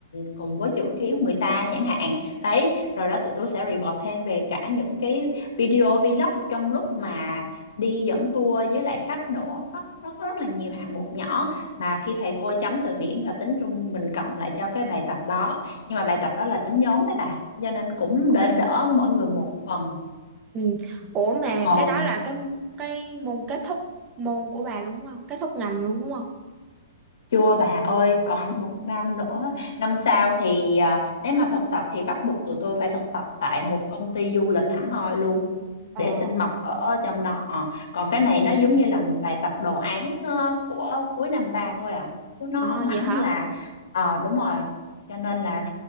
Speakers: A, on the left; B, on the right.
A: cùng với chữ ký của người ta chẳng hạn đấy rồi đó tụi tôi sẽ report thêm về cả những cái video vlog trong lúc mà đi dẫn tour với lại khách nữa nó nó có rất là nhiều hạng mục nhỏ mà khi thầy cô chấm từng điểm và tính trung bình cộng lại cho cái bài tập đó nhưng mà bài tập đó là tính nhóm đấy bà cho nên cũng đỡ đỡ mỗi người một phần
B: ừ. ủa mà
A: ồ
B: cái đó là cái cái môn kết thúc môn của bà luôn đúng không kết thúc ngành luôn đúng không
A: Chưa bà ơi, còn <laughs> một năm nữa. Năm sau thì à, nếu mà thực tập thì bắt buộc tụi tôi phải thực tập tại một công ty du lịch hẳn hoi luôn để
B: ờ
A: xin mọc ở trong đó. Ờ, Còn cái này nó giống như là một bài tập đồ án ờ, của cuối năm ba thôi à. Chứ nó
B: ờ
A: không hẳn
B: vậy hả
A: là ờ đúng rồi. Cho nên là